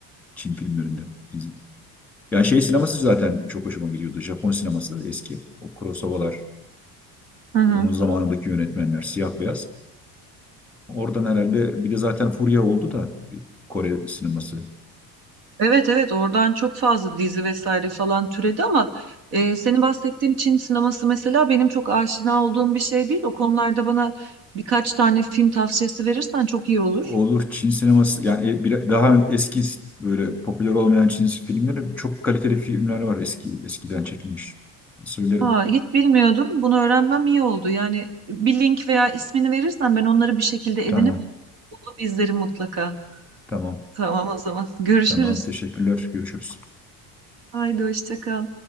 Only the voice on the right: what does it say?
hı hı.
Evet evet oradan çok fazla dizi vesaire falan türedi ama e, senin bahsettiğin Çin sineması mesela benim çok aşina olduğum bir şey değil. O konularda bana birkaç tane film tavsiyesi verirsen çok iyi olur.
Ha, hiç bilmiyordum. Bunu öğrenmem iyi oldu. Yani bir link veya ismini verirsen ben onları bir şekilde
edinip bulup izlerim mutlaka.
Tamam o zaman. Görüşürüz.
Haydi hoşça kal.